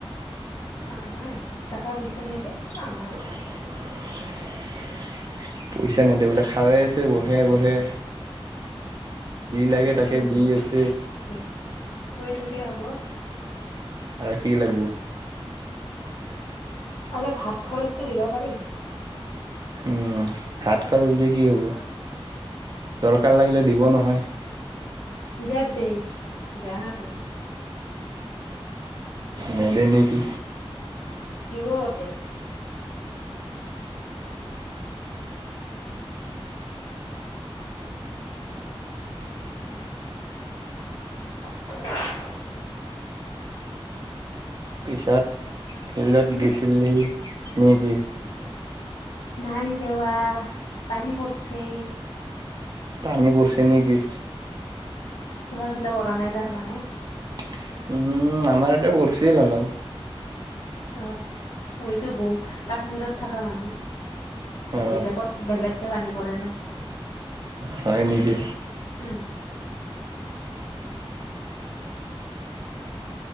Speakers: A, on the left; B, on the right.
A: কামাই, এক টাকা পইচা নাই দে। কামাই
B: <unintelligible> পইচা নেদে বোলে, খাৱাই আছে বহে বহে। যি
A: হৈ
B: লাগে
A: থাকিলে
B: তাকে
A: হ'ব
B: দি আছে।
A: হয় নেকি? শুইয়ে থাকিলে হ'ব?
B: আৰু কি লাগব?
A: অলপ হাত খৰচটো দিব পাৰি।
B: উম, হাত খৰচ দি কি হ'ব? দৰকাৰ লাগিলে, দিব নহয়।
A: বিৰাট দেই, জানা তুই।
B: নেদে নেকি?
A: দিব গতেই। <unintelligible>
B: পিছত, ফিল্ডত
A: উম
B: গেছিলি নিকি?
A: নাই যোৱা, পানী পৰছি।
B: পানী পৰছে নেকি?
A: তুহাৰ ফালে পৰা নাই তাৰমানে?
B: উম, আমাৰ ইয়াতে পৰছিল অলপ।
A: অ', মই তোৰ বৌ, কাশ্মীৰত থকা মানুহ।
B: অ
A: বেলেগত, বেলেগকে পানী পৰে না,
B: হয় নেকি
A: উম।